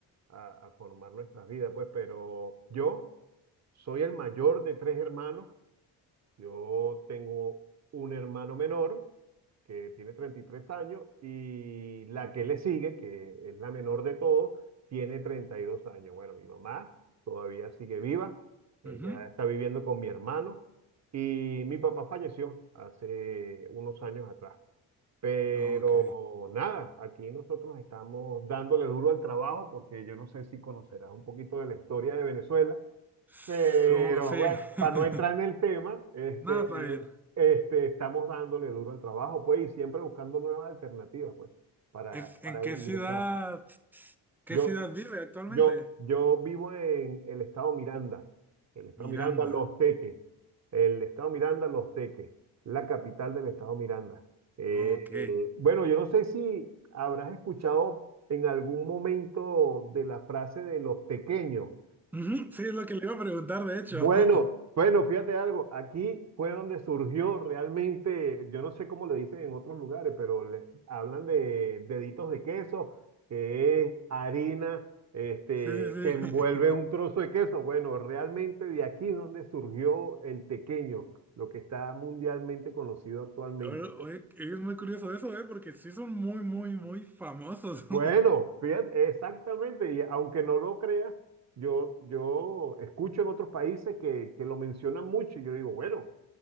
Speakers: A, on the right (about 35°); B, in the centre.
A: a- a formar nuestras vidas, pues, pero yo soy el mayor de tres hermanos yo tengo un hermano menor que tiene treinta y tres años y la que le sigue, que es la menor de todos, tiene 32 años. Bueno, mi mamá todavía sigue viva, ella
B: Ujú.
A: está viviendo con mi hermano y mi papá falleció hace unos años atrás. Pero
B: Ok.
A: nada, aquí nosotros estamos dándole duro al trabajo porque yo no sé si conocerás un poquito de la historia de Venezuela
B: So-
A: pero
B: sí.
A: bueno,
B: <laughs>
A: para no entrar en el tema, este,
B: Nada, está bien.
A: este, estamos dándole duro al trabajo, pues, y siempre buscando nuevas alternativas, pues, para,
B: ¿En,
A: para
B: en qué
A: ingresar.
B: ciudad? ¿Qué
A: Yo,
B: ciudad vive actualmente?
A: yo, yo vivo en el estado Miranda, el estado
B: Miranda.
A: Miranda, Los Teques, el estado Miranda, Los Teques, la capital del estado Miranda. Eh,
B: Ok.
A: eh, bueno, yo no sé si habrás escuchado en algún momento de la frase de los tequeños.
B: Ujú, Sí, es lo que le iba a preguntar, de hecho.
A: Bueno,
B: <laughs>
A: bueno, fíjate algo, aquí fue donde surgió realmente, yo no sé cómo le dicen en otros lugares, pero le hablan de deditos de queso, que es harina, este,
B: Sí, sí,
A: que envuelve
B: sí. <laughs>
A: un trozo de queso. Bueno, realmente de aquí es donde surgió el tequeño, lo que está mundialmente conocido actualmente.
B: Oye, oye, es muy curioso eso, ¿eh? Porque sí son muy, muy, muy famosos.
A: Bueno,
B: <laughs>
A: fíjate, exactamente, y aunque no lo creas, yo, yo escucho en otros países que, que lo mencionan mucho y yo digo, bueno.